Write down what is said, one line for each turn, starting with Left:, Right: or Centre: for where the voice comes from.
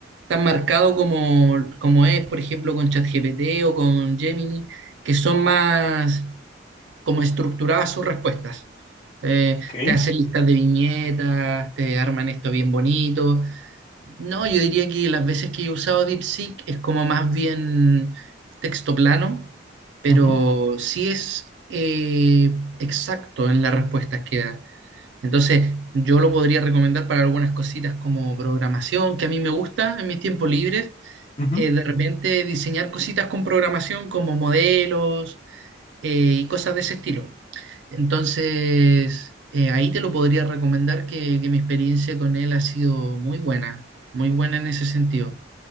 Right: tan marcado como, como es, por ejemplo, con ChatGPT o con Gemini, que son más como estructuradas sus respuestas. Eh,
Left: okey,
Right: te hacen listas de viñetas, te arman esto bien bonito. No, yo diría que las veces que he usado DeepSeek es como más bien texto plano, pero
Left: ujú,
Right: sí es eh, exacto en las respuestas que da. Entonces, yo lo podría recomendar para algunas cositas como programación, que a mí me gusta en mis tiempos libres.
Left: ujú.
Right: Eh, de repente diseñar cositas con programación como modelos eh, y cosas de ese estilo. Entonces, eh, ahí te lo podría recomendar que, que mi experiencia con él ha sido muy buena, muy buena en ese sentido.